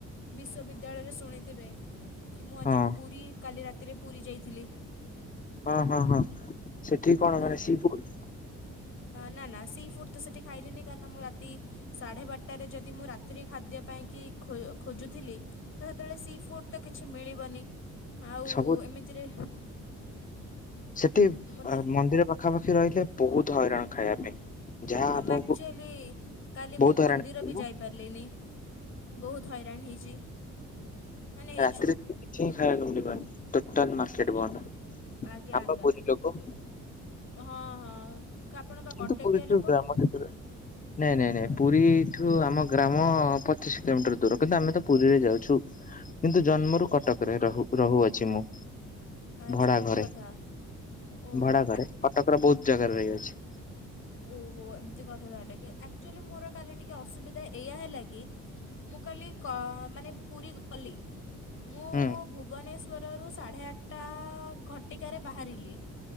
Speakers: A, on the left; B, on the left.
A: ବିଶ୍ୱବିଦ୍ୟାଳୟରେ ଶୁଣିଥିବେ। କି ମୁଁ ଆଜି
B: ହଁ
A: ପୁରୀ କାଲି ରାତିରେ ପୁରୀ ଯାଇଥିଲି।
B: ହଁ ହଁ ହଁ ସେଠି କଣ
A: ତ
B: ମାନେ ସିପୁର
A: ନା ନା ସି ଫୁଡ ତ ସେଠି ଖାଇଲିି କାରଣ ମୁଁ ରାତି ସାଢେ ବାରଟାରେ ଯଦି ମୁଁ ରାତିରେ ଖାଦ୍ୟ ଖୋଜୁ ଥିଲି ସେତେବେଳେ ସି ଫୁଡ ମିଳିବନି। ଆଉ
B: ସବୁ
A: ଏମିତିରେ
B: ସେଠି
A: ମୋତେ
B: ମନ୍ଦିର ପାଖାପାଖି ରହିଲେ ବହୁତ ହଇରାଣ ଖାଇବା ପାଇଁ ଯାହା
A: ଆମ
B: ଆପଣଙ୍କୁ
A: ଆକ୍ଚୁଆଲି କାଲି
B: ବହୁତ
A: ମୁଁ ମନ୍ଦିର
B: ହଇରାଣ କରିବ
A: ବି ଯାଇପାରିଲିନି। ବହୁତ ହଇରାଣ ହେଇଛି। ମାନେ ହେଇଛୁ
B: ରାତିରେ କିଛି ଖାଇବାକୁ ମିଳିବନି। ଟୋଟାଲ ମାର୍କେଟ ବନ୍ଦ
A: ଆଜ୍ଞା
B: ଆମ
A: ଆଜ୍ଞା
B: ପା ପୁରୀ ଲୋକ।
A: ହଁ ହଁ ଆପଣ ବା
B: କିନ୍ତୁ
A: କଟକିଆ
B: ପରିଚୟ
A: ଲୋକ
B: <unintelligible> ନାଇଁ ନାଇଁ ନାଇଁ ପୁରୀଠୁ ଆମ ଗ୍ରାମ ପଚିଶ କିଲୋମିଟର ଦୂର କିନ୍ତୁ ଆମେ ତ ପୁରୀରେ ଯାଉଛୁ। କିନ୍ତୁ ଜନ୍ମରୁ କଟକରେ ରହୁ ରହୁଅଛି ମୁଁ।
A: ଆଚ୍ଛା
B: ଭଡା
A: ଏମିତି
B: ଘରେ
A: କଥା ଓହୋ
B: ଭଡା ଘରେ କଟକର ବହୁତ ଜାଗାରେ ରହିଅଛି
A: ଓ <inaudible> ହ ଏମିତି କଥା ତାହଲେ ଆଚୁଲି ମୋର କାଲି ଟିକେ ଅସୁବିଧା ଏଇ ହେଲା କି ମୁଁ କା ମାନେ ପୁରୀ ଗଲି ମୁଁ
B: ହୁଁ
A: ଭୁବନେଶ୍ୱରରୁ ସାଢ଼େ ଆଠଟା ଘଟିକାରେ ବାହାରିଲି